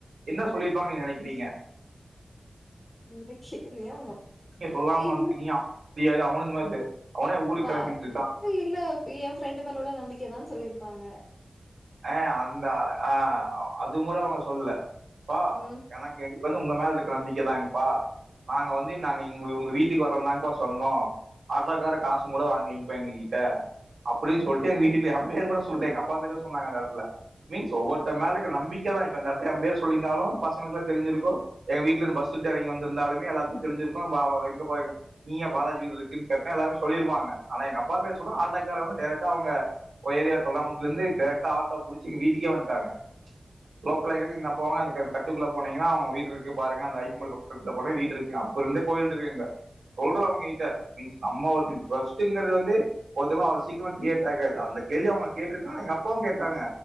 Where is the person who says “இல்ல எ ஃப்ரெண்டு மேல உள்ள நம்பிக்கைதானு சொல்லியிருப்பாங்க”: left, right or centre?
Left